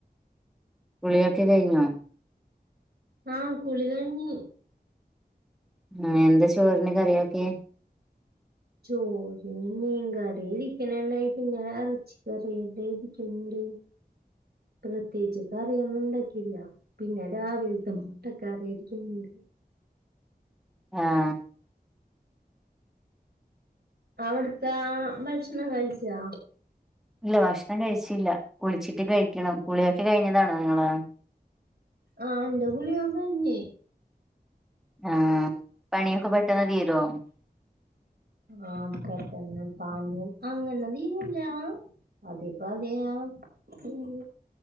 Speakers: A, in the centre; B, on the right (about 70°).
A: കുളിയൊക്കെ കഴിഞ്ഞോ
B: ആ കുളികഴഞ്ഞി
A: ആ എന്താ ചോറിന് കറിയൊക്കെ
B: ചോറിങ്ങ മീൻ കറി <unintelligible> ഉം പ്രത്യേകി കറിയൊന്നും ഉണ്ടാക്കിയില്ല പിന്നെ രാവിലത്തെ മുട്ടൊക്കെറി യിരിക്കുന്നുണ്ട്
A: <inaudible> ആ <inaudible>
B: അവിടത്തെ ഭക്ഷണം കഴിച്ചാ
A: ഇല്ല ഭക്ഷണം കഴിച്ചില്ല കുളിച്ചിട്ട് കഴിക്കണം കുളിയൊക്കെ കഴിഞ്ഞതാണോ നിങ്ങള
B: ആ എന്റെ കുളിഒക്കെ കഴിഞ്ഞ്
A: ആ പണിയൊക്കെ പെട്ടെന്ന് തീരോ
B: ആക്ക പഞ്ഞൽ അങ്ങനതീന്നല്ല അതെപ്പ അതെ എ